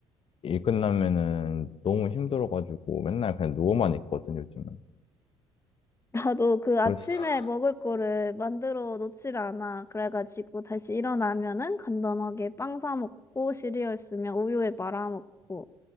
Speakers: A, on the left; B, on the left.
A: 일 끝나면은 너무 힘들어가지고 맨날 그냥 누워만 있거든, 요즘은.
B: <laughs> 나도 그
A: 그래서,
B: 아침에
A: <laughs>
B: 먹을 거를 만들어 놓질 않아. 그래가지고 다시 일어나면은 간단하게 빵 사 먹고 시리얼 있으면 우유에 말아 먹고